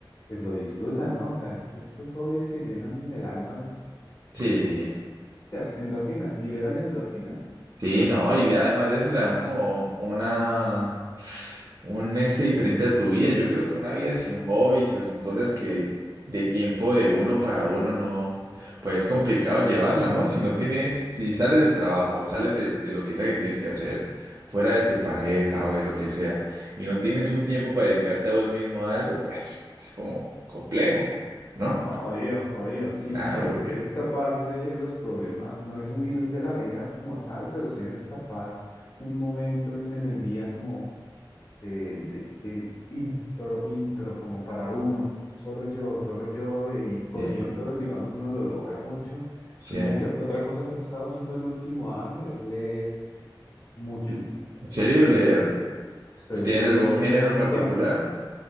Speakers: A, on the left; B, on the right.
A: pues lo disfrutan, ¿no? O sea, es que estos hobbies que llenan el alma, es-
B: Sí,
A: las endorfinas, liberan endorfinas.
B: sí, no, y le- además de eso le dan como una. un este diferente a tu vida. Yo creo que una vida sin hobbies o sin cosas que de tiempo de uno para uno no, pues es complicado llevarla, ¿no? Si no tienes, si sales del trabajo, sales de, de lo que sea que tienes que hacer, fuera de tu pareja o de lo que sea, y no tienes un tiempo para dedicarte a vos mismo a algo, pues es como complejo, ¿no?
A: No, jodido, jodido, sí,
B: Claro,
A: sí, hay
B: porque
A: que escapar de los problemas, no es huir de la vida como tal, pero sí es escapar un momento en, en el día como de, de, de intro, intro, como para uno, solo yo, solo yo, eh, y corriendo,
B: sí,
A: digamos, uno lo logra mucho.
B: sí.
A: Y mira que ot- otra cosa que he estado haciendo el último año es leer mucho.
B: ¿En serio leer?
A: Estoy leyendo
B: ¿Tienes algún
A: un
B: género
A: montón.
B: en particular?